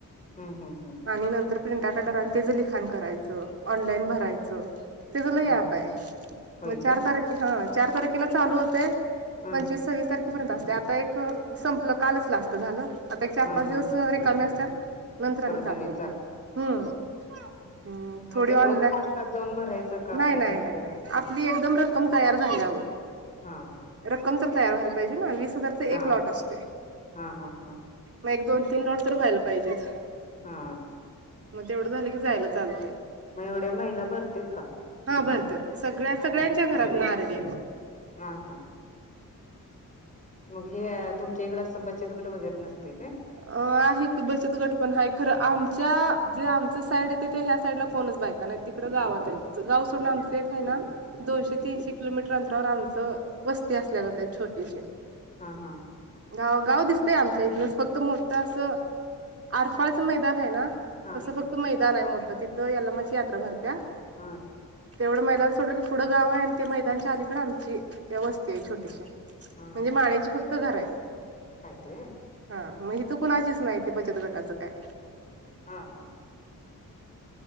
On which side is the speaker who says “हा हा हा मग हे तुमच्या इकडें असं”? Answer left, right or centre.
Left